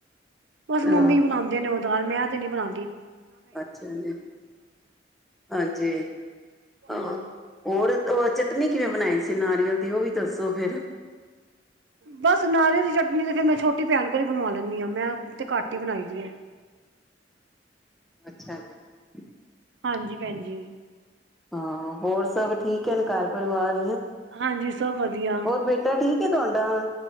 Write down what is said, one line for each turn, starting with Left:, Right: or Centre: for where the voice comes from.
Right: ਬਸ ਮੰਮੀ
Centre: ਆਹ
Right: ਬਣਾਂਦੇ ਨੇ। ਦਾਲ ਮੈਂ ਤੇ ਨੀ ਬਣਾਂਦੀ।
Centre: ਅੱਛਾ ਜੀ। ਹਾਂਜੀ
Right: ਹਮ
Centre: -ਆਹ ਹੋਰ ਚਟ- ਚਟਣੀ ਕਿਵੇਂ ਬਣਾਈ ਸੀ ਨਾਰੀਅਲ ਦੀ। ਓ ਵੀ ਦੱਸੋ ਫੇਰ।
Right: ਬਸ ਨਾਰੀਅਲ ਦੀ ਚਟਨੀ ਤੇ ਫੇਰ ਮੈਂ ਛੋਟੀ ਭੈਣ ਕੋਲ ਈ ਬਣਵਾ ਲੈਂਦੀ ਆਂ। ਮੈਂ ਤੇ ਘਟ ਈ ਬਣਾਈ ਦੀ ਏ।
Centre: ਅੱਛਾ ਜੀ
Right: ਹਾਂਜੀ ਭੈਣਜੀ।
Centre: ਹਾਂ ਹੋਰ ਸਭ ਠੀਕ ਹੇਨ ਘਰ ਪਰਿਵਾਰ।
Right: ਹਾਂਜੀ ਸਭ ਵਧੀਆ
Centre: ਹੋਰ ਬੇਟਾ ਠੀਕ ਤੁਹਾਡਾ